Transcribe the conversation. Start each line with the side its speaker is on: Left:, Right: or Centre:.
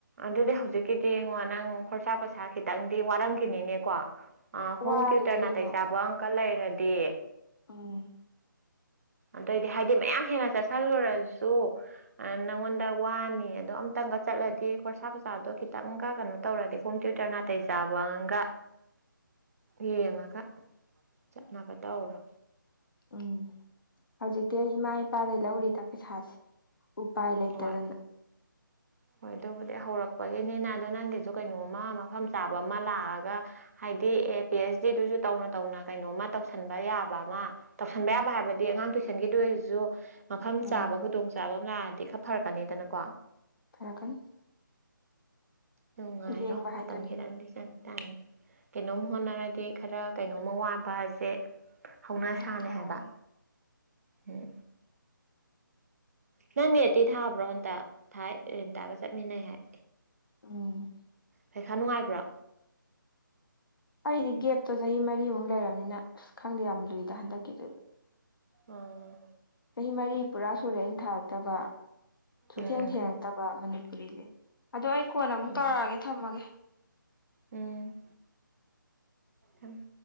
Right: ꯑꯗꯨꯗꯤ ꯍꯧꯖꯤꯛꯀꯤꯗꯤ ꯉꯣ ꯅꯪ ꯈꯣꯔꯁꯥ ꯄꯁꯥ ꯈꯤꯇꯪꯗꯤ ꯋꯥꯔꯝꯈꯤꯅꯤꯅꯦꯀꯣ ꯑꯥ ꯍꯣꯝ
Left: ꯋꯥꯗꯨꯗꯤ
Right: ꯇ꯭ꯌꯨꯇꯔ ꯅꯥꯇꯩ
Left: ꯀꯩꯅꯣ
Right: ꯆꯥꯕ ꯑꯝꯀ ꯂꯩꯔꯗꯤ
Left: ꯎꯝ
Right: ꯑꯗꯩꯗꯤ ꯍꯥꯏꯗꯤ ꯃꯌꯥꯝ ꯍꯦꯟꯅ ꯆꯠꯁꯤꯜꯂꯨꯔꯁꯨ ꯑꯥ ꯅꯪꯉꯣꯟꯗ ꯋꯥꯅꯤ ꯑꯗꯣ ꯑꯝꯇꯪꯒ ꯆꯠꯂꯗꯤ ꯈꯣꯔꯁꯥ ꯄꯁꯥꯗꯣ ꯈꯤꯇꯪꯒ ꯀꯅꯣ ꯇꯧꯔꯗꯤ ꯍꯣꯝ ꯇ꯭ꯌꯨꯇꯔ ꯅꯥꯇꯩ ꯆꯥꯕꯥ ꯑꯝꯒ
Left: <inaudible>
Right: ꯌꯦꯡꯉꯒ ꯆꯠꯅꯕ ꯇꯧꯔꯣ
Left: ꯎꯝ ꯍꯧꯖꯤꯛꯇꯤ ꯑꯩ ꯏꯃꯥ ꯏꯄꯥꯗꯩ ꯂꯧꯔꯤꯗ ꯄꯩꯁꯥꯁꯦ ꯎꯄꯥꯏ ꯂꯩꯇꯗꯅ
Right: ꯍꯣꯏ ꯍꯣꯏ ꯑꯗꯨꯕꯨꯗꯤ ꯍꯧꯔꯛꯄꯒꯤꯅꯤꯅ ꯑꯗꯣ ꯅꯪꯒꯤꯁꯨ ꯀꯩꯅꯣꯝꯃ ꯃꯐꯝ ꯆꯥꯕ ꯑꯃ ꯂꯥꯛꯑꯒ ꯍꯥꯏꯗꯤ ꯑꯦ ꯄꯤ ꯑꯩꯆ ꯗꯤꯗꯨꯁꯨ ꯇꯧꯅ ꯇꯧꯅ ꯀꯩꯅꯣꯝꯃ ꯇꯧꯁꯟꯕ ꯌꯥꯕ ꯑꯃ ꯇꯧꯁꯟꯕ ꯌꯥꯕ ꯍꯥꯏꯕꯗꯤ ꯑꯉꯥꯡ ꯇꯨꯁꯟꯒꯤꯗꯣ ꯑꯣꯏꯖꯨ ꯃꯐꯝ
Left: ꯎꯝ
Right: ꯆꯥꯕ ꯈꯨꯗꯣꯡ ꯆꯥꯕ ꯑꯃ ꯂꯥꯛꯑꯗꯤ ꯈꯔ ꯐꯔꯛꯀꯅꯤꯗꯅꯀꯣ
Left: ꯐꯔꯀꯅꯤ
Right: ꯉꯥꯏꯔꯣ
Left: ꯌꯦꯡꯕ ꯍꯥꯏꯗꯨꯅꯤ
Right: ꯃꯇꯝ ꯈꯤꯇꯪꯗꯤ ꯆꯪ ꯀꯩꯅꯣꯝ ꯍꯣꯠꯅꯔꯗꯤ ꯈꯔ ꯀꯩꯅꯣꯝꯃ ꯋꯥꯠꯄꯖꯦ ꯍꯧꯅꯁꯥꯅꯦ
Left: ꯃꯁꯥꯅ ꯇꯥꯕꯅꯤ
Right: ꯍꯥꯏꯕ ꯎꯝ ꯅꯪ ꯅꯦꯠꯇꯤ ꯊꯥꯕ꯭ꯔꯣ ꯍꯟꯇꯛ ꯊꯥꯏ ꯔꯦꯟꯇꯥꯒ ꯆꯠꯃꯤꯟꯅꯩ ꯍꯥꯏ
Left: ꯎꯝ
Right: ꯄꯩꯈꯥ ꯅꯨꯡꯉꯥꯏꯕ꯭ꯔꯥ
Left: ꯑꯩꯗꯤ ꯒꯦꯞꯇꯣ ꯆꯍꯤ ꯃꯔꯤꯃꯨꯛ ꯂꯩꯔꯕꯅꯤꯅ ꯑꯁ ꯈꯪꯗꯦ ꯌꯥꯝ ꯂꯨꯏꯗ ꯍꯟꯗꯛꯀꯤꯗꯨ
Right: ꯑꯥ
Left: ꯆꯍꯤ ꯃꯔꯤ ꯄꯨꯔꯥ ꯁꯨꯔꯦ ꯑꯩꯟ ꯊꯥꯔꯛꯇꯕ ꯁꯨꯛꯊꯦꯡ
Right: ꯎꯝ
Left: ꯊꯦꯡꯉꯛꯇꯕ ꯃꯅꯤꯄꯨꯔꯤꯗꯤ ꯑꯗꯣ ꯑꯩ ꯀꯣꯟ ꯑꯃꯨꯛ
Right: ꯎꯝ
Left: ꯇꯧꯔꯛꯑꯒꯦ ꯊꯝꯃꯒꯦ
Right: ꯎꯝ ꯎꯝ